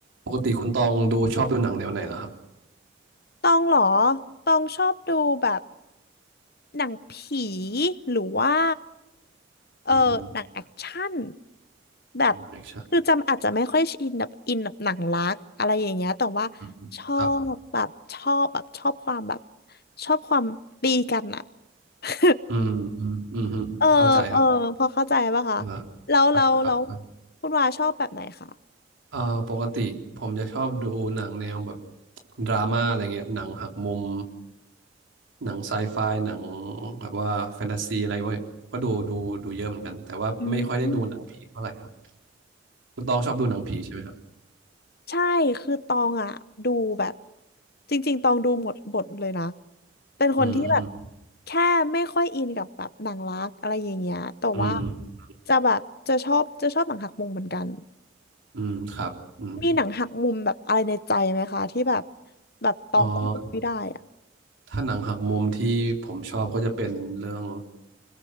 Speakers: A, on the right (about 80°); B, on the left (about 55°).
A: ปกติคุณตองดูชอบดูหนังแนวไหนเหรอครับ
B: ตองเหรอตองชอบดูแบบหนังผีหรือว่าเออหนังแอคชั่น
A: อืม
B: แบบ
A: หนังแอคชั่น
B: คือจำอาจจะไม่ค่อยอินแบบอินแบบหนังรักอะไรอย่างเงี้ยแต่ว่า
A: อืมครับ
B: ชอบแบบชอบแบบชอบความแบบชอบความตีกันอะ <laughs>
A: อืมอืมอืมอืมเข้าใจครับ
B: เออเออพอเข้าใจป่ะคะ
A: อ่าครับครับ
B: แล้วแล้วแล้วคุณวาชอบแบบไหนคะ
A: เอ่อปกติผมจะชอบดูหนังแนวแบบดราม่าอะไรเงี้ยหนังหักมุมหนังไซไฟหนังแบบว่าแฟนตาซีอะไรเว้ยก็ดูดูดูเยอะเหมือนกันแต่ว่าไม่ค่อยได้ดูหนังผีเท่าไหร่ครับ
B: อืมอม
A: คุณตองชอบดูหนังผีใช่ไหมครับ
B: ใช่คือตองอ่ะดูแบบจริงๆตองดูหมดบทเลยนะเป็นคนที่แบบ
A: อืมอืม
B: แค่ไม่ค่อยอินกับแบบหนังรักอะไรอย่างเงี้ยแต่ว่า
A: อืม
B: จะแบบจะชอบจะชอบหนังหักมุมเหมือนกัน
A: อืมครับอืม
B: มีหนังหักมุมแบบอะไรในใจไหมคะที่แบบแบบตองต้องดูไม่ได้อะ
A: อ๋อถ้าหนังหักมุมที่ผมชอบก็จะเป็นเรื่อง